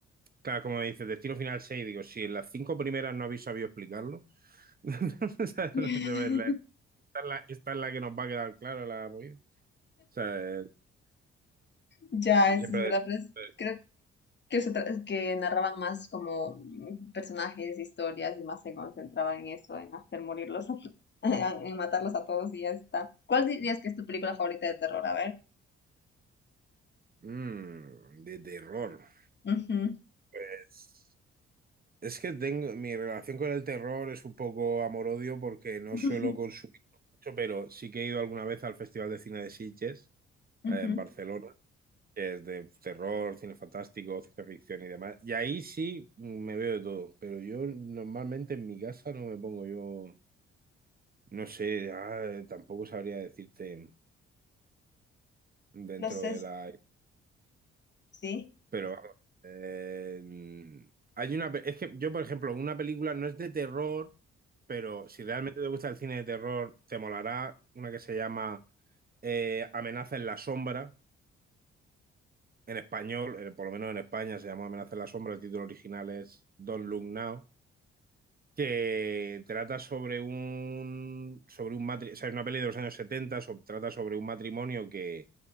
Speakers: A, on the right; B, on the left.
A: claro, como dices, Destino Final 6 digo, si en las cinco primeras no habéis sabido explicarlo, <laughs> o sea, de
B: <laughs>
A: verdad, esta es la, esta es la que nos va a quedar clara la movida. O sea, eh,
B: Ya, eso
A: siempre...
B: es verdad, pero es-
A: eh,
B: creo que, se tra- que narraban más como mm, personajes, historias y más se concentraban en eso, en hacer morirlos, a to- <laughs> en matarlos a todos y ya está. ¿Cuál dirías que es tu película favorita de terror? A ver.
A: Mm, de terror.
B: Ujú.
A: Pues. Es que tengo, mi relación con el terror es un poco amor-odio porque no
B: <laughs>
A: suelo consumir mucho, pero sí que he ido alguna vez al Festival de Cine de Sitges,
B: Ujú.
A: eh, en Barcelona, que es de terror, cine fantástico, ciencia ficción y demás. Y ahí sí me veo de todo, pero yo normalmente en mi casa no me pongo yo, no sé, ah, tampoco sabría decirte dentro
B: Los es,
A: de la
B: sí.
A: Pero vamos, eh, hay una, pe- es que yo, por ejemplo, una película no es de terror, pero si realmente te gusta el cine de terror, te molará una que se llama eh, Amenaza en la sombra, en español, eh, por lo menos en España se llama Amenaza en la sombra, el título original es Don't Look Now que trata sobre un, sobre un matrimonio o sea, es una peli de los años 70. so- trata sobre un matrimonio que